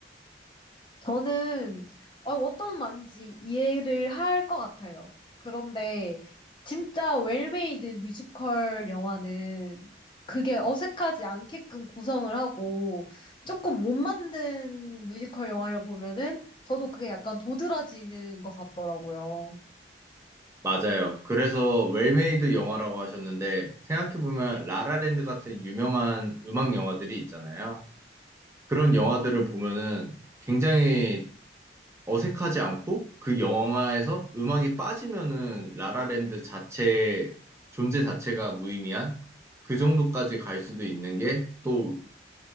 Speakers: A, on the left; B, on the right.
A: 저는 어, 어떤 말인지 이해를 할 것 같아요. 그런데 진짜 웰메이드 뮤지컬 영화는 그게 어색하지 않게끔 구성을 하고 조금 못 만든 뮤지컬 영화를 보면은 저도 그게 약간 도드라지는 것 같더라고요.
B: 맞아요. 그래서 웰메이드 영화라고 하셨는데 생각해보면 라라랜드 같은 유명한 음악 영화들이 있잖아요. 그런 영화들을 보면은 굉장히 어색하지 않고 그 영화에서 음악이 빠지면은 라라랜드 자체 존재 자체가 무의미한 그 정도까지 갈 수도 있는 게 또